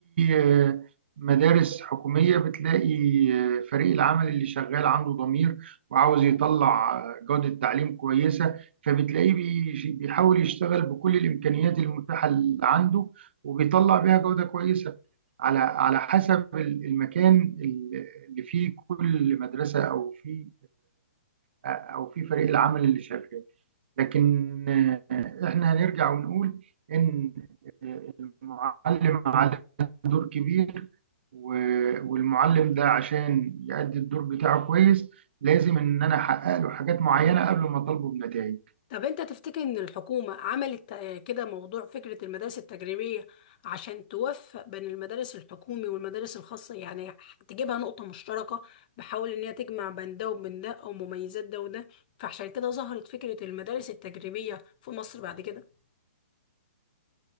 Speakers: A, on the right; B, on the left.
A: آه، مدارس حكومية بتلاقي آه، فريق العمل اللي شغال عنده ضمير وعاوز يطلع آه، جودة تعليم كويسة فبتلاقيه بيش- بيحاول يشتغل بكل الإمكانيات المتاحة اللي عنده وبيطلع بيها جودة كويسة على على حسب ال- المكان ال- اللي فيه كل مدرسة أو فيه آه، أو فيه فريق العمل اللي شغال لكن آه، احنا هنرجع ونقول ان المعلم عليه دور كبير و- والمعلم ده عشان يأدي الدور بتاعه كويس لازم ان انا احقق له حاجات معينه قبل ما اطالبه بنتائج
B: طب انت تفتكر ان الحكومة عملت آه، كده موضوع فكرة المدارس التجريبية عشان توفق بين المدارس الحكومي والمدارس الخاصة يعني تجيبها نقطة مشتركة بحاول ان هي تجمع بين ده وبين ده او مميزات ده وده فعشان كده ظهرت فكرة المدارس التجريبية في مصر بعد كده